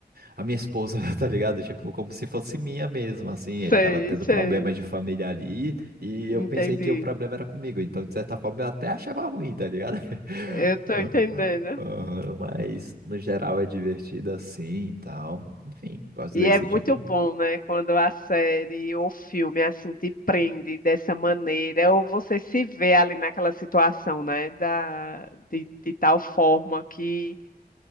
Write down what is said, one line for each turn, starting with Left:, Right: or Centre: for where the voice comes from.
Right: a minha esposa, <laughs> tá ligado? Tipo, como se fosse minha mesmo, assim. Ele
Left: sei,
Right: tava tendo
Left: sei,
Right: problemas de família ali e
Left: entendi.
Right: eu pensei que o problema era comigo. Então, de certa forma, eu até achava ruim, tá ligado? <laughs>
Left: Eu tô entendendo.
Right: Ah, ah, Mas, no geral, é divertido assim e tal. Enfim, gosto
Left: E
Right: desse
Left: é muito
Right: tipo de...
Left: bom, né, quando a série ou filme assim te prende dessa maneira, ou você se vê ali naquela situação, né, da, de, de tal forma que,